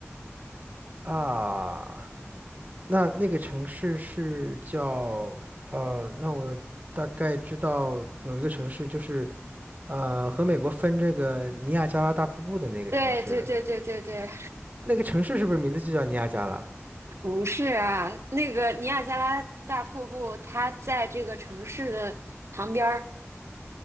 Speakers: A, on the right; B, on the right.
A: 啊，那那个城市是叫呃，那我大概知道有一个城市就是呃和美国分这个尼亚加拉大瀑布的那个城市。
B: 对对对对对对，
A: 那个城市是不是名字就叫尼亚加拉？
B: <laughs> 不是啊，那个尼亚加拉大瀑布，它在这个城市的旁边儿。